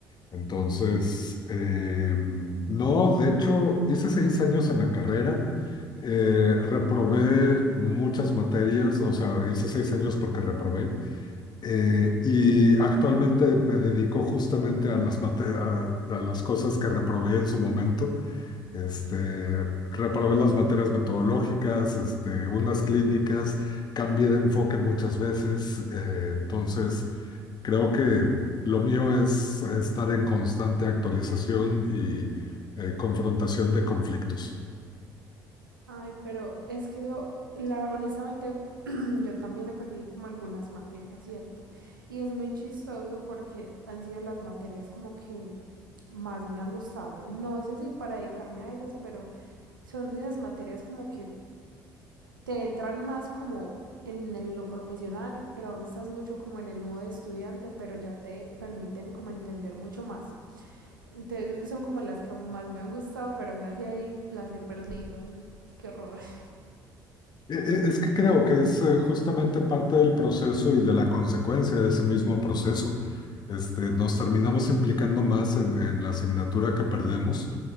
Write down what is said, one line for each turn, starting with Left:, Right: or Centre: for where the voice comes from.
Left: Entonces, em, no, de hecho, hice seis años en la carrera, eh, reprobé muchas materias, o sea, hice seis años porque reprobé, eh, y actualmente me dedico justamente a las, mate- a, a las cosas que reprobé en su momento. Este, reprobé las materias metodológicas, este, unas clínicas, cambié de enfoque muchas veces, eh, entonces... Creo que lo mío es estar en constante actualización y eh, confrontación de conflictos.
Right: Ay, pero es que eso, la, honestamente, <clears throat> yo también he perdido como algunas materias, ¿cierto? Y es muy chistoso porque han sido las materias como que más me han gustado. No sé si para dedicarme a ellas, pero son de esas materias como que te entran más como en lo profesional, pero aún estás mucho como en el modo de estudiante, pero ya te permiten como entender mucho más. Entonces son como las que más me han gustado, pero aún así ahí las he perdido. Eso es- qué horror. <laughs>
Left: E- e- Es que creo que es eh, justamente parte del proceso y de la consecuencia de ese mismo proceso. Este, nos terminamos implicando más en, en la asignatura que perdemos.